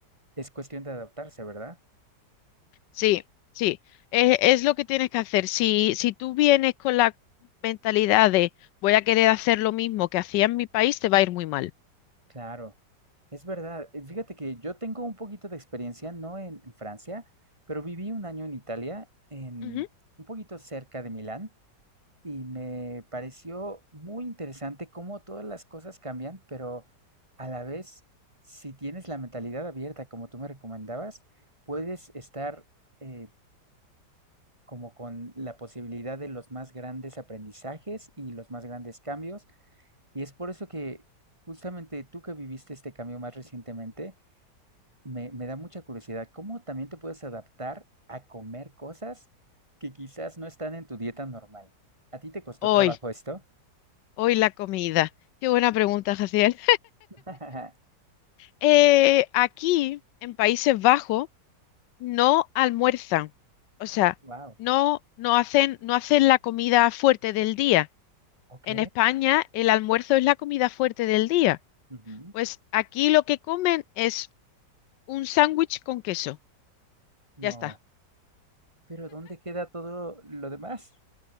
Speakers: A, on the right; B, on the left.
A: es cuestión de adaptarse, ¿verdad?
B: sí, sí. Es, es lo que tienes que hacer. Si, si tú vienes con la mentalidad de voy a querer hacer lo mismo que hacía en mi país, te va a ir muy mal.
A: Claro, es verdad. Eh, Fíjate que yo tengo un poquito de experiencia, no en, en Francia, pero viví un año en Italia, en
B: Ujú.
A: un poquito cerca de Milán, y me pareció muy interesante cómo todas las cosas cambian, pero a la vez, si tienes la mentalidad abierta, como tú me recomendabas, puedes estar eh, como con la posibilidad de los más grandes aprendizajes y los más grandes cambios. Y es por eso que justamente tú que viviste este cambio más recientemente, me, me da mucha curiosidad, ¿cómo también te puedes adaptar a comer cosas que quizás no están en tu dieta normal? ¿A ti te costó
B: Hoy,
A: trabajo esto?
B: hoy la comida. Qué buena pregunta, Jaciel.
A: <laughs>
B: Eh, aquí, en Países Bajos, no almuerzan. O sea,
A: Wow.
B: no, no hacen, no hacen la comida fuerte del día
A: ¿Ok?
B: En España, el almuerzo es la comida fuerte del día.
A: Ujú,
B: Pues aquí lo que comen es un sándwich con queso.
A: No.
B: Ya está.
A: Pero ¿dónde queda todo lo demás?